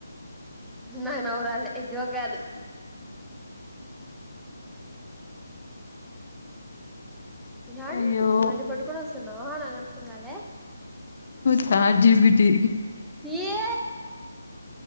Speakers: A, in the centre; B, on the left.
A: నాకు నవ్వు రాలే ఇది జోక్ కాదు ఎడనించి
B: అయ్యో
A: ఇవన్నీ పట్టుకొని వస్తన్నావ్ నాకు అర్థం కాలే
B: చాట్ జీపీటీ
A: ఏ